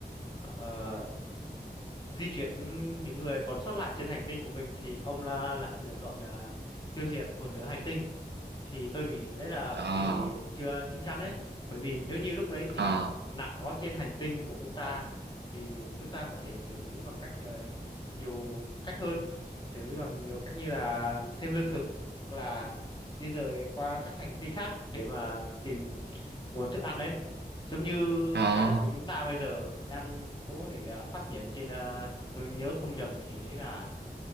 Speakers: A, on the left; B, on the right.
A: ờ, ờ, di chuyển những người còn sót lại trên hành tinh của mình thì ông là lại lựa chọn là tiêu diệt một nửa hành tinh thì tôi nghĩ đấy là
B: Ờ,
A: một suy nghĩ chưa chín chắn đấy bởi vì nếu như lúc đấy thì
B: ờ,
A: nạn đói trên hành tinh của ông ta thì chúng ta có thể xử lý bằng cách ờ, nhiều cách hơn xử lý bằng nhiều cách như là thêm lương thực hoặc là di rời qua các hành tinh khác để mà tìm nguồn thức ăn đấy giống như
B: ờ,
A: trái đất của chúng ta bây giờ đang cố để à, phát triển trên à, tôi nhớ không nhầm thì đấy là